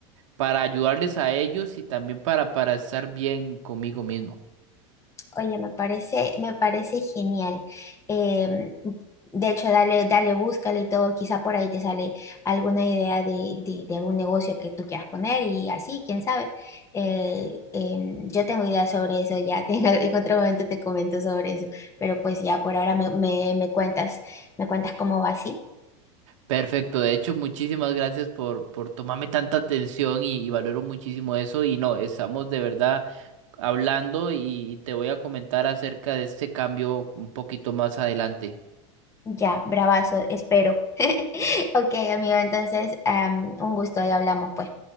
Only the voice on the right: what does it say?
para ayudarles a ellos y también para, para estar bien conmigo mismo.
Perfecto, de hecho, muchísimas gracias por, por tomarme tanta atención y, y valoro muchísimo eso y no, estamos de verdad hablando y te voy a comentar acerca de este cambio un poquito más adelante.